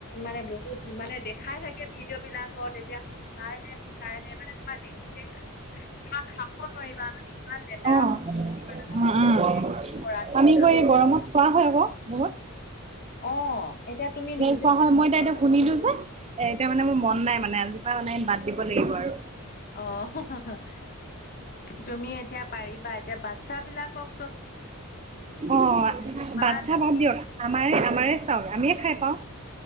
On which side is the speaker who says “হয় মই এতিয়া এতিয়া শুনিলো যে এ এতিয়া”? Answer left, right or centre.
Right